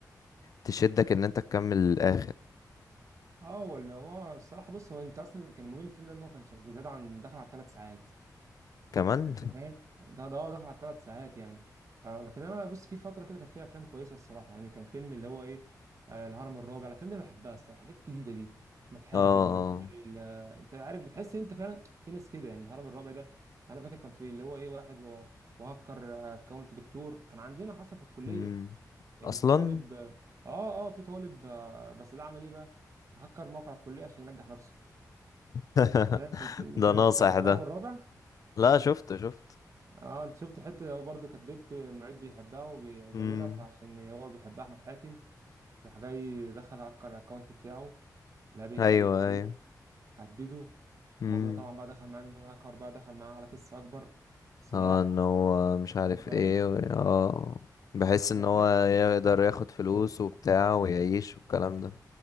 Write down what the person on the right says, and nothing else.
اه ولا هو الصراحه بص هو انت اصلا اللي كان ممل الفيلم ده ان هو كان زياده عن داخل على الثلاث ساعات
انت فاهم ده ده هو دخل على الثلاث ساعات يعني آه لكن انا بص في فتره كده كان فيها افلام كويسه الصراحه يعني كان فيلم اللي هو ايه آه الهرم الرابع الافلام دي انا بحبها الصراحه الحاجات الجديده دي احمد حاتم
وال انت عارف بتحس ان انت فعلا في ناس كده يعني الهرم الرابع ده انا فاكر كان في اللي هو ايه واحد و- وهكر اكونت دكتور كان عندنا حصل في الكليه
يعني
في طالب اه اه آه، في طالب آه بس ده عمل ايه بقى هكر موقع الكليه عشان ينجح نفسه
فاهم انت انت
انت
اتفرجت
على الهرم الرابع
اه انت شفت حته هو برضه كانت بنت المعيد بيحبها وبيزاولها
فعشان هو بيحبها احمد حاتم راح جاي دخل هكر الاكونت بتاعه لا بيتكلم
حريم
هدده
الموضوع طبعا بقى دخل معاه انه هاكر بقى دخل معاه على قصه اكبر سلاح
انت فاهم
الافلام
دي